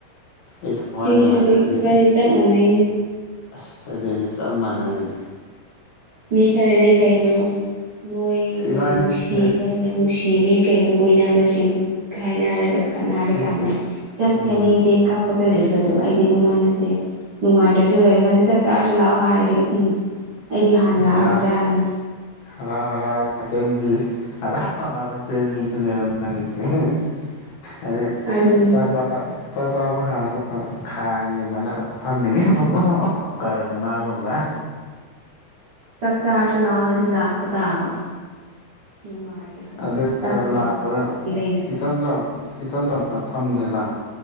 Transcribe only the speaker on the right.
ꯑꯩꯁꯨꯅꯦ
ꯏꯕꯥꯅꯤ ꯆꯞ ꯃꯥꯟꯅꯩꯅꯦ
ꯃꯤ ꯈꯔꯗꯤ ꯀꯩꯅꯥ ꯃꯣꯏꯒ
ꯅꯨꯡꯁꯤꯕ ꯅꯨꯡꯁꯤ ꯅꯨꯕꯤ ꯀꯩꯅꯥ ꯀꯣꯏꯅꯥꯕꯁꯤ ꯆꯤꯡ ꯈꯥꯏꯅꯔꯒꯥ ꯈꯠꯅꯔꯀꯥꯟꯗ
ꯆꯠ
ꯆꯅꯤꯡꯗꯦ ꯀꯥꯄ ꯂꯩꯕꯗꯣ ꯑꯩꯗꯤ ꯑꯗꯨꯝ ꯃꯥꯅꯠꯇ ꯅꯨꯡꯉꯥꯏꯇ꯭ꯔꯁꯨ ꯂꯩꯔꯀꯥꯟꯗ ꯆꯥꯛ ꯆꯥꯔꯁꯤ ꯂꯥꯛꯑꯣ ꯍꯥꯏꯔꯗꯤ ꯎꯝ ꯍꯥꯟꯅ ꯂꯥꯛꯑꯒ
ꯆꯥꯔꯅꯤ
ꯑꯗꯨꯅꯤ
ꯆꯛꯆꯥꯔꯁꯤ ꯂꯥꯛꯑ ꯍꯥꯏꯔꯗꯤ ꯂꯥꯛꯄꯥ ꯇꯥꯕ ꯅꯨꯡꯉꯥꯏꯔꯦ
ꯆꯥꯛꯀ ꯑꯃꯒ
ꯃꯔꯤ ꯂꯩꯅꯗꯩ